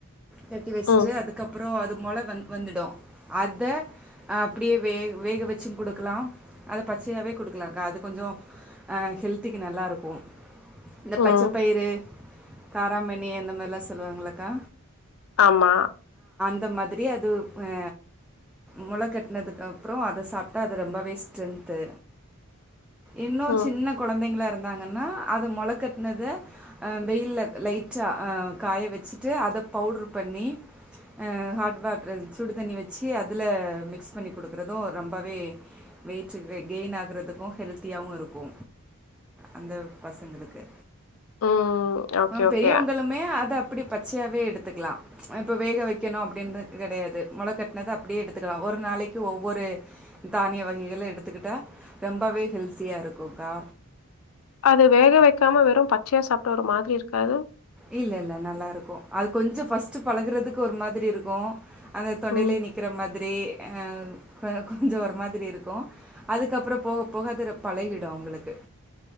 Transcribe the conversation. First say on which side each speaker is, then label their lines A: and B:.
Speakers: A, in the centre; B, on the left (about 70°).
A: கட்டி வெச்ட்டு
B: ம்
A: அதுக்கப்றோ அது மொள வந் வந்துடு அத அப்டியே வே வேக வச்சு குடுக்கலா அத பச்சையாவே குடுக்கலாக்கா அது கொஞ்சோ அ ஹெல்த் துக்கு நல்லாருக்கு இந்த பச்சப்பயிறு,
B: ம்
A: கா ராமணி அந்த மார்லா சொல்லுவாங்கல்லக்கா
B: ஆமா
A: ந்த மாதிரி அது அ மொள கட்னதுக்கப்றோ அத சாப்ட்டா அது ரெம்பவே ஸ்ட்ரென்த்து இன்னு
B: ம்
A: சின்ன தைங்களா இருந்தாங்கன்னா அத மொளக்கட்னத அ வெயில்ல லைட்டா அ காய வெச்சிட்டு அத பவுட்ரு பண்ணி அ ஹாட் வாட்ரு சுடு தண்ணி வெச்சி அதுல மிக்ஸ் பண்ணி குடுக்கறது ரொம்பவே வெய்ட்டுக்கு க கெய்ன் ஆகறதுக்கு ஹெல்த்தியாவு இருக்கு அந்த பசங்களுக்கு
B: ம் ஓகே
A: ஆ
B: ஓகே
A: பெரியவங்களுமே அத ப்டி பச்சையாவே எடுத்துக்கலா இப்ப வேக வெக்கணு அப்டின்னு கெடையாது மொளக்கட்னது அப்டியே எடுத்துக்கலா ஒரு நாளைக்கு ஒவ்வொரு தானிய வகைகள எடுத்துக்கிட்டா ரெம்பவே ஹெல்த்தியா இருக்குக்கா
B: அது வேக வெக்காம வெறும் பச்சையா சாப்ட்டா ஒரு மாதிரி இருக்காது
A: இல்லல்ல நல்லாருக்கோ அது கொஞ்சோ ஃபஸ்ட்டு பழகறதுக்கு ஒரு மாதிரி இருக்கு அந்த தொண்டையிலியே
B: ம்.
A: நிக்கிற மாதிரி அ கொஞ்ஜோ ஒரு மாதிரி இருக்கு க்கும் அதுக்கப்றோ போக போக அது பழகிடும் உங்குளுக்கு